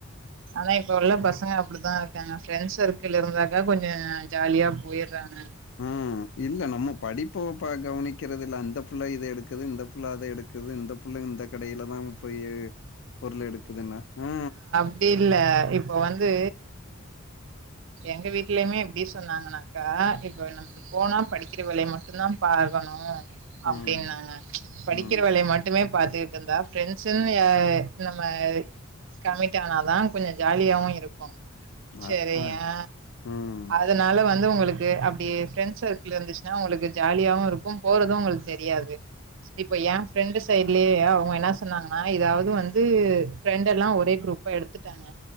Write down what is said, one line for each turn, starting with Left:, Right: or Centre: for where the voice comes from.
Right: ஆனா இப்ப உள்ள பசங்க அப்டித்தா இருக்காங்க ஃப்ரெண்ட்ஸ் சர்க்கிள் இருந்தாக்கா கொஞ்சோ ஜாலியா போயிர்றாங்க
Left: ம் இல்ல நம்ம படிப்ப பாக் கவனிக்கிறது இல்ல அந்த புள்ள இத எடுக்குது இந்த புள்ள அத எடுக் குது இந்த புள்ளை இந்த கடையில தான் போய் பொருள் எடுக்குதுன்னா ஆ
Right: இப்டி இல்ல இப்ப வந்து எங்க வீட்லயுமே எப்டி சொன்னாங்கன்னாக்கா இப்ப நம் போனா படிக்கிற வேலைய மட்டுந்தா பாக்கணு அப்டின்னாங்க
Left: ம்
Right: படிக்கிற
Left: ம்
Right: வேலைய மட்டுமே பாத்துட்டு இருந்தா ஃப்ரெண்ட்ஸ்ன்னு யா நம்ம கமிட்டானாதா கொஞ்சோ ஜாலியாவு இருக்கு சரியா
Left: அ அ ம்
Right: அதனால வந்து உங்களுக்கு அப்டி ஃப்ரெண்ட்ஸ் சர்க்கிள் இருந்துச்சுன்னா உங்களுக்கு ஜாலியாவு இருக்கு போறது ஒங்களுக்கு தெரியாது இப்ப ஏ ஃப்ரெண்டு் சைடுலயே அவங்க என்ன சொன்னாங்கன்னா இதாவது வந் து ஃப்ரெண்ட் எல்லா ஒரே குரூப்பா எடுத்துட்டாங்க